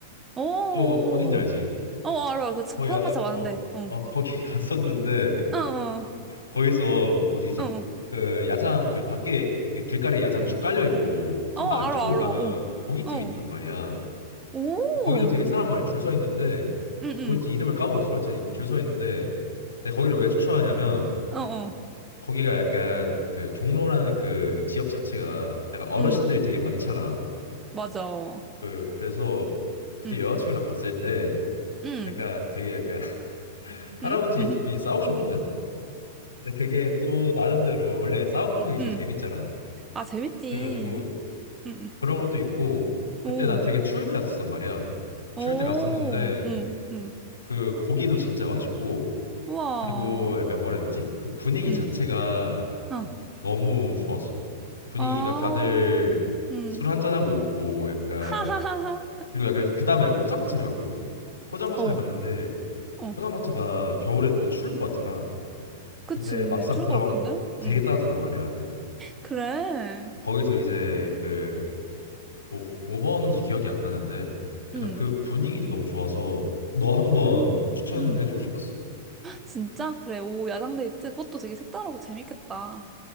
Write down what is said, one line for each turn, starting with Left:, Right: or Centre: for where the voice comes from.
Right: 오,
Left: 저 어딘지 알지?
Right: 어, 알아. 그
Left: 거기
Right: 포장마차
Left: 야장
Right: 많은데.
Left: 어,
Right: 어,
Left: 어 거기 <laughs> 갔었는데
Right: 어, 어,
Left: 거기서 어디지?
Right: 어.
Left: 그 야장 그 밖에 이게 길가에 야장 쭉 깔려 있고 좀
Right: 어, 알아,
Left: 더 안쪽으로
Right: 알아.
Left: 가면
Right: 어,
Left: 고깃집이
Right: 어.
Left: 있단 말이야.
Right: 오,
Left: 거기도
Right: 응,
Left: 되게 사람 많이 줄 서 있는데
Right: 응.
Left: 고깃집 이름을 까먹었어. 하여튼 줄 서 있는데 내가 거기를 왜 추천하냐면
Right: 어, 어.
Left: 거기가 약간 그 종로라는 그 지역 자체가 약간 어르신들이
Right: 응,
Left: 되게 많잖아.
Right: 맞아.
Left: 그 그래서 그때
Right: 응,
Left: 여자친구랑 갔을 때
Right: 응,
Left: 약간 되게 약간 <laughs> 할아버지
Right: 응, <laughs>
Left: 두 분이 싸우셨거든. 근데 그게 또 나름대로 원래 싸움국이
Right: 응.
Left: 제일
Right: 응.
Left: 재밌잖아.
Right: 아, 재밌지.
Left: 그래가지고
Right: 응, 응.
Left: 그런 것도 있고 그때
Right: 오,
Left: 난 되게 추울 때 갔었단 말이야. 추울
Right: 오,
Left: 때 갔었는데
Right: 응, 응.
Left: 그 고기도 진짜 맛있고
Right: 우와.
Left: 그리고 약간 뭐라 해야 되지? 그 분위기
Right: 응,
Left: 자체가
Right: 어.
Left: 너무 좋았어. 분위기가
Right: 아,
Left: 다들
Right: 응.
Left: 술 한잔하고 오고 약간
Right: <laughs> 하하하하.
Left: 그리고 약간 그 다음에 포장마차를 갔거든? 포장마차를
Right: 어.
Left: 갔는데
Right: 어,
Left: 포장마차가 겨울에는 또 추울 것 같잖아.
Right: 그치.
Left: 근데 막상
Right: 좋을
Left: 들어가면
Right: 것 같은데?
Left: 되게
Right: 응.
Left: 따뜻하단 말이야.
Right: 그래.
Left: 거기서 이제 그 뭐, 뭐 먹었는지 기억이 안 나는데 살짝
Right: 응,
Left: 그 분위기도 너무 좋아서 너 한번
Right: 응,
Left: 추천해주고
Right: 응.
Left: 싶었어.
Right: 진짜? 그래. 오, 야당 데이트? 그것도 되게 색다르고 재밌겠다.